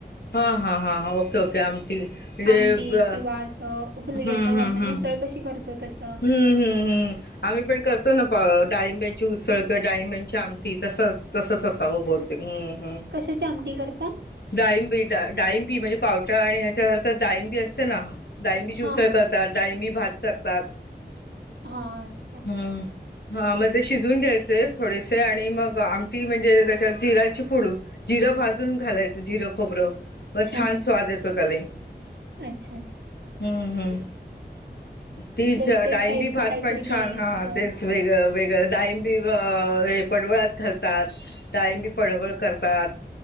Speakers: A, on the left; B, on the right.
A: हा हा हा, ओके ओके आमटी म्हणजे
B: आमटी
A: ब
B: किंवा असं हुलग्या
A: हम्म
B: टाईप
A: हम्म
B: आपण
A: हम्म
B: उसळ कशी करतो तस.
A: हम्म हम्म हम्म. आम्ही पण करतो ना प डाळींब्याची उसळ किंवा डाळींब्यांची आमटी तसच. तसंच असावं बहुतेक, हं हं
B: कशाची आमटी करता?
A: डाळिंबी डाळिंबी म्हणजे पावटा आणि ह्याच्यासारखं डाळिंबी असते ना डाळिंबीची
B: हा
A: उसळ
B: हा
A: करतात, डाळिंबी भात करतात.
B: हा, अच्छा अच्छा.
A: हम्म हा मग ते शिजवून घ्यायचे थोडेसे आणि मग आमटी म्हणजे त्याच्यात जिऱ्याची फोडू जिरं भाजून घालायचं जिर, खोबर म छान
B: हा
A: स्वाद येतो त्याने.
B: अच्छा अच्छा
A: हम्म हम्म, तीच
B: प्रत्येक
A: डाळिंबी
B: साईडचं
A: भात
B: काहीतरी
A: पण छान
B: काही
A: हा
B: असं
A: हा तेच वेगळ, वेगळं डाळिंबी अ हे पडवळात घालतात डाळिंबी पडवळ करतात,